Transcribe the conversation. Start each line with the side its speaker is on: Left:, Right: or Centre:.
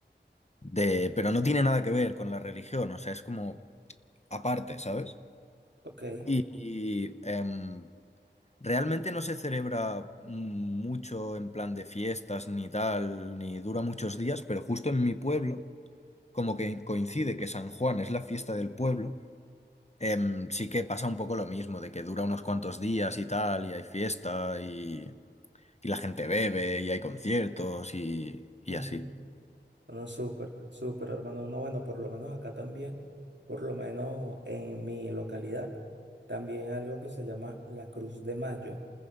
Left: de, pero no tiene nada que ver con la religión, o sea, es como aparte, ¿sabes?
Right: Ok.
Left: Y em, Realmente no se celebra mm, mucho en plan de fiestas ni tal, ni dura muchos días, pero justo en mi pueblo, como que coincide que San Juan es la fiesta del pueblo, em, sí que pasa un poco lo mismo, de que dura unos cuantos días y tal, y hay fiesta y, y la gente bebe y hay conciertos y, y
Right: <laughs>
Left: así.
Right: No, súper, súper, hermano. No, bueno, por lo menos acá también, por lo menos en mi localidad, también algo que se llama la Cruz de Mayo.